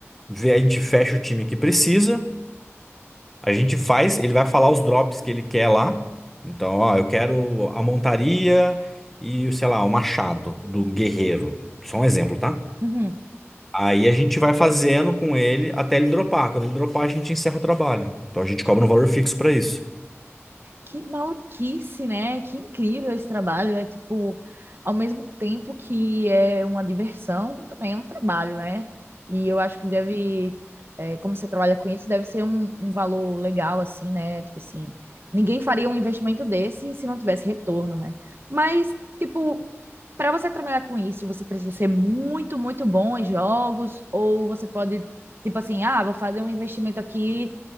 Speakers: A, in the centre; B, on the right (about 50°).
A: vê- a gente fecha o time que precisa, a gente faz, ele vai falar os drops que ele quer lá. Então, ó, eu quero a montaria e, sei lá, o machado do guerreiro. Só um exemplo, tá?
B: Uhum.
A: Aí a gente vai fazendo com ele até ele dropar. Quando ele dropar, a gente encerra o trabalho. Então a gente cobra um valor fixo pra isso.
B: Que maluquice, né? Que incrível esse trabalho. É tipo, ao mesmo tempo que é uma diversão, também é um trabalho, né? E eu acho que deve, é, como você trabalha com isso, deve ser um, um valor legal, assim, né? Tipo assim, ninguém faria um investimento desse se não tivesse retorno, né? Mas, tipo, para você trabalhar com isso, você precisa ser muito, muito bom em jogos, ou você pode, tipo assim, ah, vou fazer um investimento aqui